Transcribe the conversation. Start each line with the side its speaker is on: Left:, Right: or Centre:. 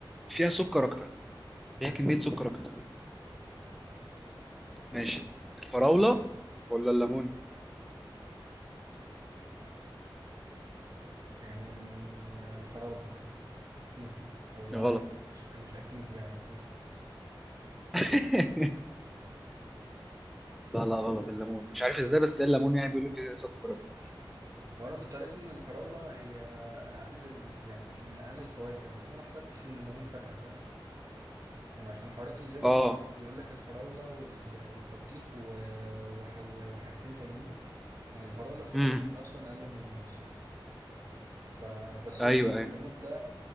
Centre: فيها سكر اكتر فيها
Right: ماشي
Centre: كميه سكر اكتر ماشي الفراوله ولا الليمون
Right: يعني مم، آه، الفراولة اكيد او عارف
Centre: غلط
Right: مش مش اكيد يعني
Centre: <laughs> لا لا غلط الليمون مش عارف ازاي بس الليمون يعني بيقول لي فيه سكر اكتر
Right: هو انا كنت قريت ان الفراوله هي اقل ال... يعني من من اقل الفواكه بس انا ما حسبتش ان الليمون فاكهه فاهم يعني عشان حوارات الجيم
Centre: اه
Right: وكده بيقول لك الفراوله وال... والبطيخ و... وح... وحاجتين تانيين يعني الفراوله فيها
Centre: امم
Right: سكر اصلا اقل من الموز فبس
Centre: ايوه
Right: قلت ان
Centre: ايوه
Right: الليمون ده